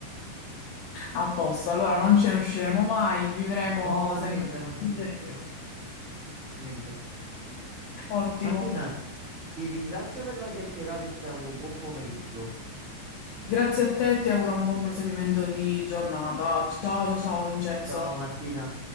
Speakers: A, on the left; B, on the right.
A: A posto, allora non ce ne usciremo mai, vivremo
B: No,
A: sempre
B: niente, Martina,
A: in serio.
B: niente, niente.
A: Ottimo.
B: Martina, ti ringrazio per la chiacchierata e ti auguro buon pomeriggio.
A: Grazie a te, ti auguro un buon proseguimento di giornata. Ciao, ciao, ciao Vincenzo.
B: Ciao Martina.